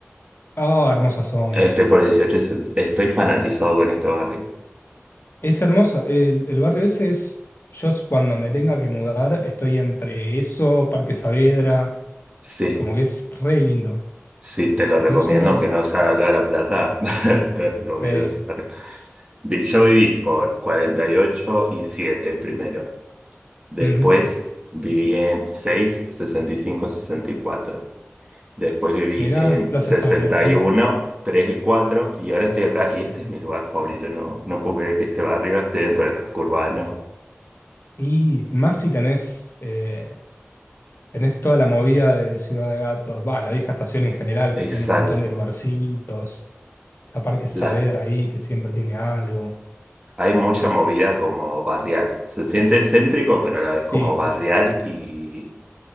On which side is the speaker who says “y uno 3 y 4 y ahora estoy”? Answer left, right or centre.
Right